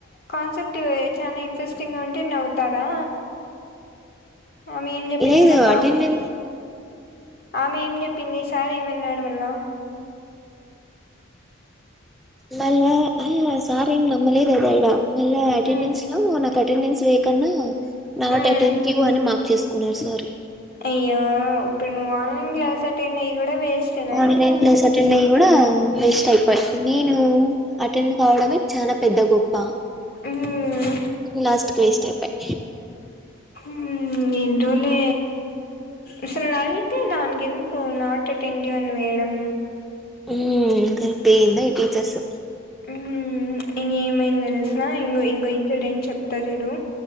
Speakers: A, on the left; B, in the centre.
A: కాన్సెప్ట్ అ చాలా ఇంట్రెస్టింగ్గా ఉంటే నవ్వుతారా ఆమె ఏం చెప్పింది
B: లేదు
A: మళ్ళా
B: అటెండె
A: ఆమె ఏం చెప్పింది సార్ ఏమన్నాడు నను
B: మళ సారీ ఎం నమ్మలేదు అది ఆడ మళ్ళా అటెండెన్స్
A: మ్మ్
B: లో నాకా అటెండెన్స్ వేకున్నా నాట్
A: మ్మ్
B: అటెంటివ్ అని మార్క్ చేసు కులార్ సార్
A: అయ్యో ఇప్పుడు నువ్వు ఆన్లైన్ క్లాస్ అటెండ్ అయ్య కూడా వేస్టయినా
B: ఆన్లైన్
A: ఇంకా
B: క్లాస్ అటెండ్ అయ్యి కూడా వేస్ట్ అయిపోయి నేను అటెండ్ కావడమే చాలా పెద్ద గొప్ప
A: మ్మ్
B: లాస్ట్ కి వేస్ట్ అయిపోయి
A: మ్మ్ ఏందో లే అసలు లైట్ దానికెందుకు ఫోను నాట్ అటెంటివ్ అని మేడం
B: ఉ నాకైతే ఏందో ఈ టీచర్స్
A: మ్మ్ నిన్న ఏమైందో తెలుస ఇంగు ఇంగు ఇన్సిడెంట్ చెప్పు తరుడు